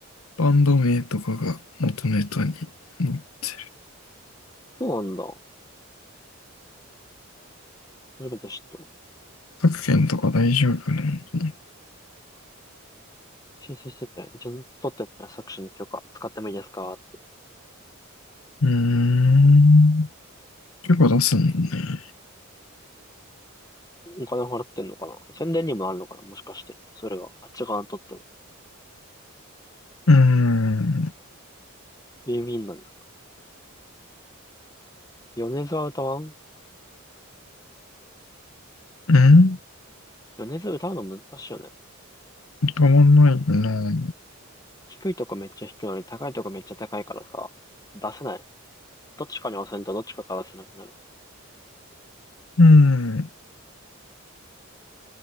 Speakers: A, on the left; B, on the left.
A: バンド名とかが元ネタに載ってる。
B: そうなんだ。初めて知った。
A: 各県とか大丈夫なのかなって
B: 申請してて、ちゃんと取ってね、作詞に許可使ってもいいですかって。
A: うーん。結構出すんだね。
B: お金払ってんのかな宣伝にもなるのかなもしかして。それが、あっち側にとっても。
A: うーん。
B: ビンビンなんだ。米津は歌わん
A: うん
B: 米津歌うの難しいよね。
A: たまんないな。
B: 低いとこめっちゃ低いのに高いとこめっちゃ高いからさ、出せない。どっちかに押せんとどっちかから出せなくなる。
A: うん。